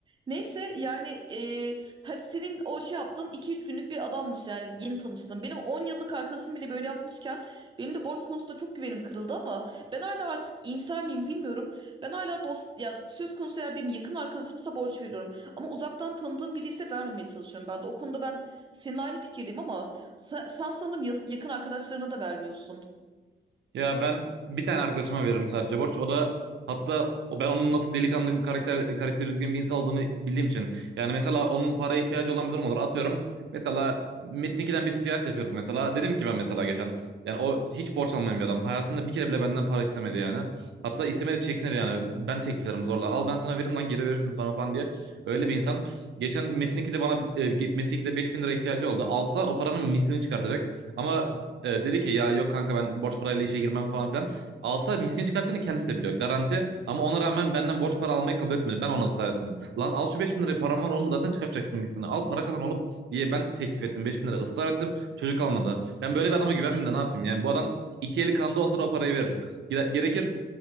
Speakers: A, on the right (about 25°); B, on the right (about 80°).
A: Neyse yani e, hadi senin o şey yaptığın iki üç günlük bir adammış yani yeni tanıştım Benim 10 yıllık arkadaşım bile böyle yapmışken benim de borç konusunda çok güvenim kırıldı ama ben hala artık iyimser miyim bilmiyorum. Ben hala dost ya söz konusu eğer benim yakın arkadaşımsa borç veriyorum. Ama uzaktan tanıdığım biri ise vermemeye çalışıyorum ben de. O konuda ben seninle aynı fikirdeyim ama sen, sen sanırım yan- yakın arkadaşlarına da vermiyorsun.
B: Ya ben bir tane arkadaşıma veririm sadece borç. O da hatta o ben onun nasıl delikanlı karakter karakteri düzgün bir insan olduğunu bildiğim için. Yani mesela onun paraya ihtiyacı olan bir durum olur. Atıyorum mesela Metin 2'den biz ticaret yapıyoruz mesela. Dedim ki ben mesela geçen yani o hiç borç almayan bir adam. Hayatında bir kere bile benden para istemedi yani. Hatta istemedi çekinir yani. Ben teklif ederim zorla. Al ben sana veririm lan geri verirsin sonra falan diye. Öyle bir insan. Geçen Metin 2'de bana e, Metin 2'de 5000 lira ihtiyacı oldu. Alsa o paranın mislini çıkartacak. Ama e, dedi ki ya yok kanka ben borç parayla işe girmem falan filan. Alsa miskin çıkartacağını kendisi de biliyor. Garanti. Ama ona rağmen benden borç para almayı kabul etmedi. Ben ona ısrar ettim. Lan al şu beş bin lirayı param var oğlum zaten çıkartacaksın miskini. Al para kazan oğlum diye ben teklif ettim. 5 bin lira ısrar ettim. Çocuk almadı. Ben böyle bir adama güvenmeyeyim de ne yapayım? Yani bu adam iki eli kanda olsa da o parayı verir. Gere- Gerekir